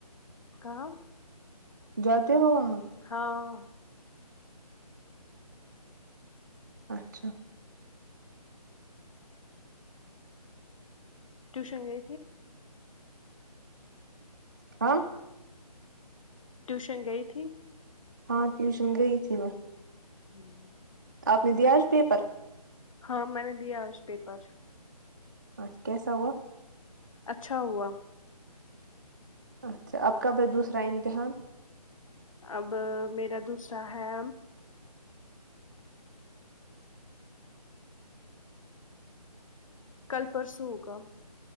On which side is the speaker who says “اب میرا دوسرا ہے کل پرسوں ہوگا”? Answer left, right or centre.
Left